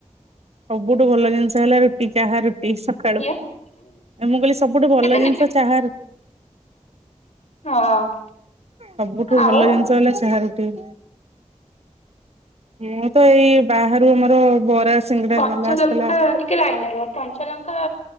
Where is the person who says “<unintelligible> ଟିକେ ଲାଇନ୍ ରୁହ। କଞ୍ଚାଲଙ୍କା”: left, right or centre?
Left